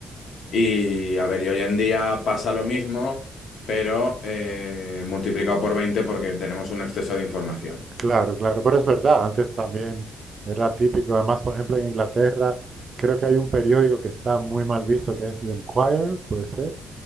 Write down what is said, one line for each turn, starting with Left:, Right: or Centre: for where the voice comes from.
Left: Y a ver, y hoy en día pasa lo mismo, pero eh, multiplicado por 20 porque tenemos un exceso de información.
Right: Claro, claro, pero es verdad, antes también era típico, además, por ejemplo, en Inglaterra creo que hay un periódico que está muy mal visto, que es The Enquirer, puede ser,